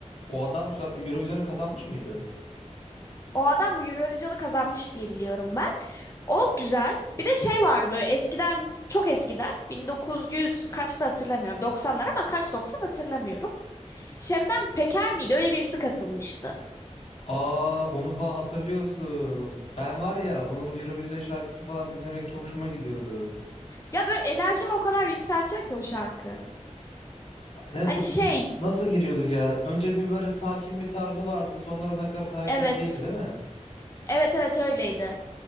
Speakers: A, on the left (about 60°); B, on the left (about 25°).
A: O adam Sor- Eurovision'u kazanmış mıydı?
B: O adam Eurovision'u kazanmış diye biliyorum ben. O güzel. Bir de şey vardı böyle eskiden çok eskiden 1900 kaçta hatırlamıyorum. 90'lar ama kaç 90 hatırlamıyorum. Şemden Peker miydi? Öyle birisi katılmıştı.
A: Aa onu falan hatırlıyorsun. Ben var ya onun Eurovision şarkısı falan dinlemek çok hoşuma gidiyordu.
B: Ya böyle enerjimi o kadar yükseltiyor ki o şarkı.
A: Nasıl
B: Hani şey
A: nasıl giriyorduk ya? Önce bir böyle sakin bir tarzı vardı. Sonra nakarat hareketliydi
B: evet.
A: değil mi?
B: Evet evet öyleydi.